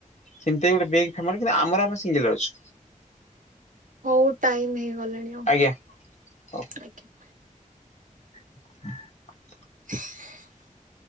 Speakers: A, on the left; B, on the right.
A: ସେମ୍ ଟା ବି ଗୋଟେ ବିଗ୍ <unintelligible> ଆମର ଆମେ ସୀଙ୍ଗିଲ ଅଛୁ।
B: ହୋଉ ଟାଇମ ହେଇଗଲାଣି ଆଉ
A: ଆଜ୍ଞା ହଉ
B: ଆଜ୍ଞା।
A: <unintelligible>
B: <inaudible>